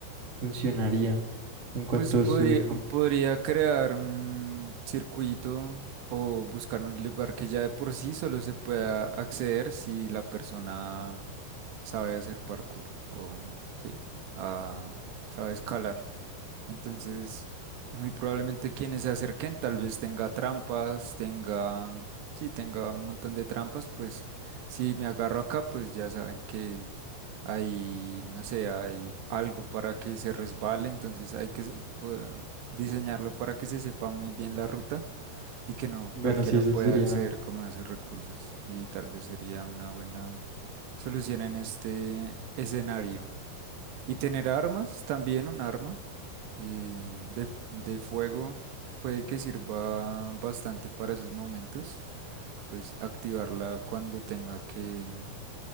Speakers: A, on the right; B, on the right.
A: funcionaría en cuanto
B: Pues podría,
A: a subir como.
B: podría crear un circuito o buscar un lugar que ya de por sí solo se pueda acceder si la persona sabe hacer parkour o sí, ah, sabe escalar. Entonces, muy probablemente quienes se acerquen, tal vez tenga trampas, tenga, sí, tenga un montón de trampas, pues si me agarro acá, pues ya saben que hay, no sé, hay algo para que se resbale, entonces hay que s- po- diseñarlo para que se sepa muy bien la ruta y que no
A: Bueno,
B: cualquiera
A: sí, eso
B: pueda
A: sería.
B: acceder como a esos recursos. Y tal vez sería una buena solución en este escenario. Y tener armas, también un arma eh, de, de fuego puede que sirva bastante para esos momentos, pues activarla cuando tenga que...